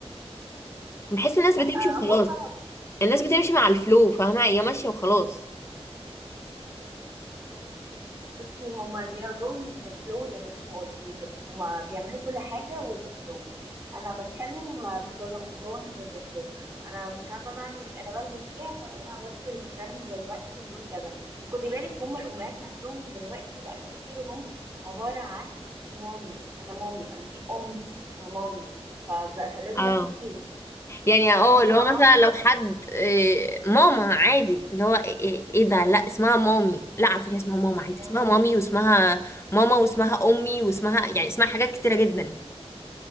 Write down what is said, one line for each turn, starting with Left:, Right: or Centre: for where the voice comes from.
Left: بحس الناس
Right: لا
Left: بتمشي
Right: اهو
Left: وخلاص
Right: خلاص
Left: الناس بتمشي مع الفلو فاهمة هي ماشية وخلاص
Right: بصي هما they are going with the flow زي ما انتي ما قلتي بالظبط هما بيعملوا كل حاجة with the flow أنا بتكلم because I'm going with the flow أنا مش عارفة بعمل أنا بلبس إيه عشان أنا بس الترند دلوقتي بيقول كذا وخدي بالك هما الأمهات نفسهم دلوقتي بقى تفكيرهم عبارة عن مامي أنا مامي أنا مش أم أنا مامي ف... فلازم
Left: اه
Right: أكون كيوت
Left: يعني
Right: لازم
Left: اه اللي هو
Right: أعاقب
Left: مثلا لو حد إيه، ماما عادي اللي هو ايه إيه إيه ده لا اسمها مامي لا على فكرة اسمها ماما عادي
Right: مامي
Left: اسمها مامي واسمها ماما واسمها امي واسمها يعني اسمها حاجات كتيرة جدا